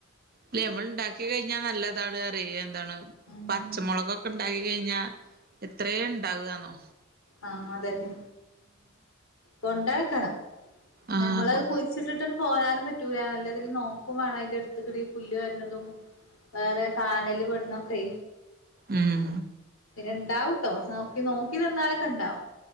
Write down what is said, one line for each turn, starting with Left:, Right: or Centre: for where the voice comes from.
Right: ല്ലേ ഞമ്മള് ഇണ്ടാക്കി ക്കഴിഞ്ഞാ നല്ല താണ് പറ്യേ. യെന്താണ്
Left: ഉം
Right: പച്ചമൊളകൊക്കെ ഇണ്ടാക്കി കഴിഞ്ഞാ എത്രേ ഇണ്ടാവാന്നോ.
Left: ആഹ് അതന്നെ. കൊണ്ടടക്കണം
Right: ആഹ്
Left: നമ്മളത്
Right: കൊ
Left: കുഴിച്ചിട്ട്ട്ട് പോരാനും പറ്റൂല നല്ലതിൽ നോക്കും വാണം അയിൻ്റെടുത്ത് കുടി പുല്ല് വര്നതും. വേറെ കാനല് പെട്ണതൊക്കേ.
Right: ഉം.
Left: പിന്നെ ഇണ്ടാവുട്ടോ നോക്കി നോക്കി നിന്നാലൊക്കെണ്ടാവും.